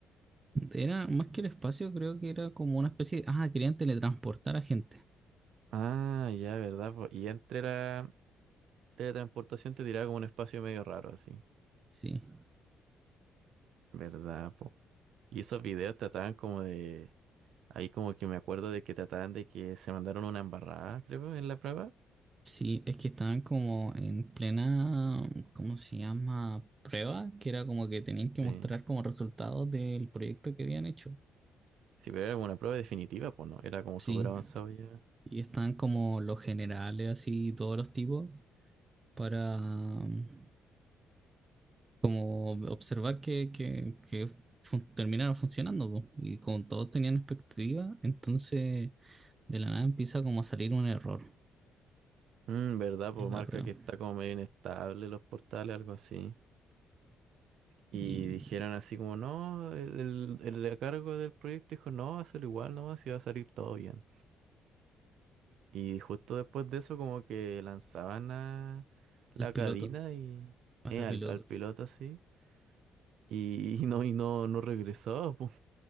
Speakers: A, on the right; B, on the right.
A: Era más que el espacio, creo que era como una especie de... Ah, querían teletransportar a gente.
B: Ah, ya, verdad, po. Y entre la teletransportación te tiraba como un espacio medio raro, así.
A: Sí,
B: ¿Verdad, po? Y esos videos trataban como de. Ahí como que me acuerdo de que trataban de que se mandaron una embarrada, creo, en la prueba.
A: sí, es que estaban como en plena, ¿cómo se llama? Prueba, que era como que tenían que mostrar
B: Sí.
A: como resultados del proyecto que habían hecho.
B: Sí, pero era como una prueba definitiva, pues no. Era como
A: Sí,
B: súper avanzado ya.
A: y están como los generales, así, todos los tipos, para mm, como observar que, que, que fun- terminaron funcionando, po, Y como todos tenían expectativa, entonces de la nada empieza como a salir un error
B: Mm, ¿verdad? Pues
A: en
B: marca
A: la prueba.
B: que está como medio inestable los portales, algo así. Y
A: Y
B: dijeron así como, no, el, el, el de a cargo del proyecto dijo, no, hazlo igual nomás y va a salir todo bien. Y justo después de eso como que lanzaban a la
A: al piloto,
B: cabina y
A: a
B: eh,
A: la
B: al,
A: piloto.
B: al piloto
A: Sí,
B: así. Y, y no, y no, no regresaba, pues.